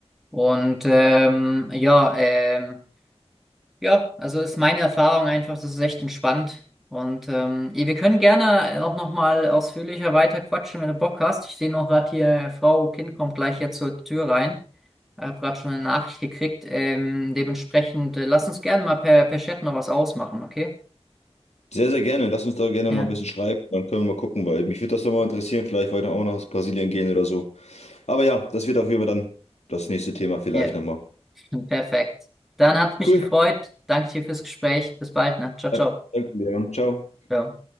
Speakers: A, in the centre; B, on the left.
A: Und ähm, ja, ähm, Ja, also ist meine Erfahrung einfach, das ist echt entspannt. Und ähm, eh, wir können gerne auch nochmal ausführlicher weiter quatschen, wenn du Bock hast. Ich sehe noch gerade hier, Frau Kind kommt gleich jetzt zur Tür rein. Ich habe gerade schon eine Nachricht gekriegt. Ähm, dementsprechend, äh, lass uns gerne mal per, per Chat noch was ausmachen, okay?
B: Sehr, sehr gerne. Lass uns da gerne
A: Ja,
B: mal ein bisschen schreiben. Dann können wir mal gucken, weil mich würde das nochmal interessieren. Vielleicht weiter auch nach Brasilien gehen oder so. Aber ja, das wird auf jeden Fall dann das nächste Thema vielleicht
A: ja,
B: nochmal.
A: <laughs> perfekt. Dann hat mich
B: Cool.
A: gefreut. Danke dir fürs Gespräch. Bis bald, ne? Ciao,
B: Ja,
A: ciao.
B: Danke, Leon. Ciao.
A: Ciao.